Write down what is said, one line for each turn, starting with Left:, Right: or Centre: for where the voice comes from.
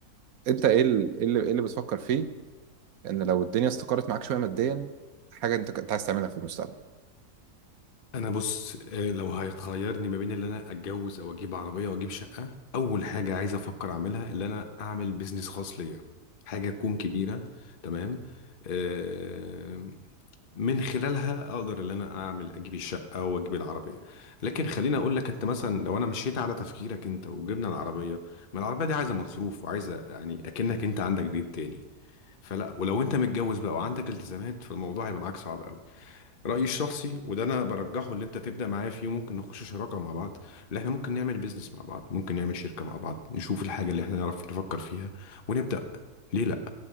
Right: انت ايه ال- إيه اللي إيه اللي بتفكر فيه ان لو الدنيا استقرت معاك شويه ماديا حاجه انت كنت عايز تعملها في المستقبل
Left: انا بص آه، لو هيخيرني ما بين اللي انا اتجوز او اجيب عربيه واجيب شقه اول حاجه عايز افكر اعملها اللي انا اعمل بيزنس خاص ليا حاجه تكون كبيره تمام آه، من خلالها اقدر ان انا اعمل اجيب الشقه واجيب العربيه لكن خليني اقول لك انت مثلا لو انا مشيت على تفكيرك انت وجبنا العربيه ما العربيه دي عايزه مصروف وعايزه يعني اكنك انت عندك بيت تاني فلا ولو انت متجوز بقى وعندك التزامات فالموضوع هيبقى معاك صعب قوي رايي الشخصي وده انا برجحه اللي انت تبدا معايا فيه ممكن نخش شراكه مع بعض اللي احنا ممكن نعمل بيزنس مع بعض ممكن نعمل شركه مع بعض نشوف الحاجه اللي احنا نعرف نفكر فيها ونبدا ليه لا